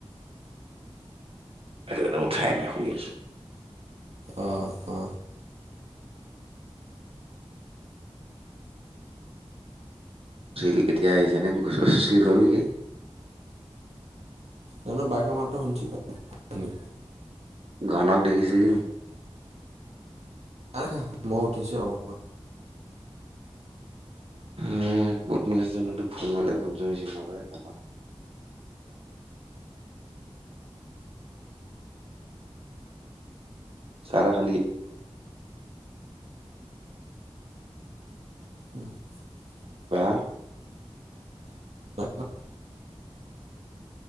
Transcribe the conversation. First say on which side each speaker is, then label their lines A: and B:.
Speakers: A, on the right; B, on the right.
A: সেইটোকৰণে উঠাই নাই শুই আছোঁ।
B: অ', অ'।
A: চুছিল এতিয়া আহিছেনে, চুছিল গ'ল নেকি?
B: জানো বাইকৰ মাতটো শুনিছিলো। অথনি।
A: ঘনক দেখিছিলি?
B: নাই দেখা, মইও উঠিচুহে অলপ আগত।
A: উম, ক'ত <unintelligible> জানো এইটো ফোন কৰিলে ফোন-চোন ৰিচিভ নকৰে <unintelligible> চাহ-তাহ খালি?
B: <inaudible>
A: বা?
B: <unintelligible>